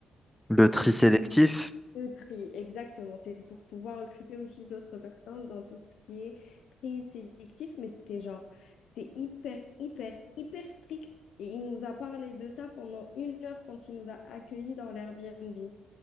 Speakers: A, in the centre; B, on the left (about 75°).
A: Le tri sélectif.
B: le tri, exactement. C'est pour pouvoir recruter aussi d'autres personnes dans tout ce qui est tri sélectif, mais c'était genre, c'était hyper, hyper, hyper strict. Et il nous a parlé de ça pendant une heure quand il nous a accueillis dans l'Airbnb.